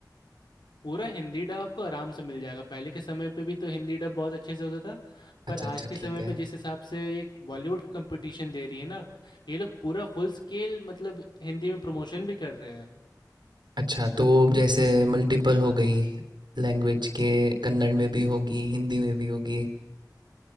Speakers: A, on the left; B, on the right.
A: पूरा हिंदी डब आपको आराम से मिल जाएगा पहले के समय पे भी तो हिंदी डब बहुत अच्छे से होता था
B: अच्छा
A: पर आज
B: अच्छा
A: के
B: ठीक
A: समय
B: है
A: पे जिस हिसाब से ये बॉलीवुड का कंपटीशन दे रही है ना ये लोग पूरा फुल स्केल मतलब हिंदी में प्रमोशन भी कर रहे हैं
B: अच्छा, तो जैसे मल्टीपल हो गई लैंग्वेज के कन्नड़ में भी होगी, हिंदी में भी होगी।